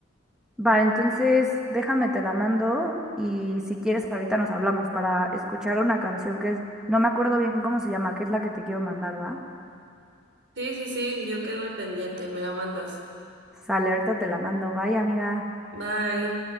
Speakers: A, in the centre; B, on the right (about 60°).
A: Va, entonces déjame, te la mando y si quieres ahorita nos hablamos para escuchar una canción que es, no me acuerdo bien cómo se llama, que es la que te quiero mandar, ¿va?
B: Sí, sí, sí, yo quedo al pendiente, me la mandas.
A: Sale, ahorita te la mando, bye amiga.
B: Bye.